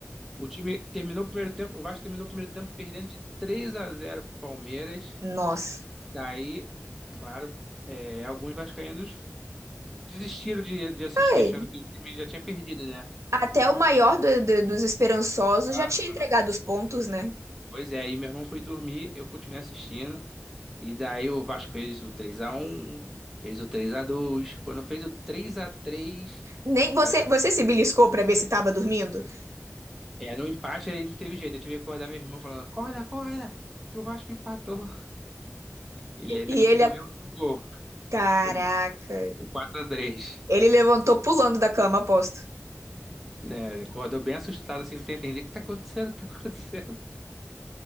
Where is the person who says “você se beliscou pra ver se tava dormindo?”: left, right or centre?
Right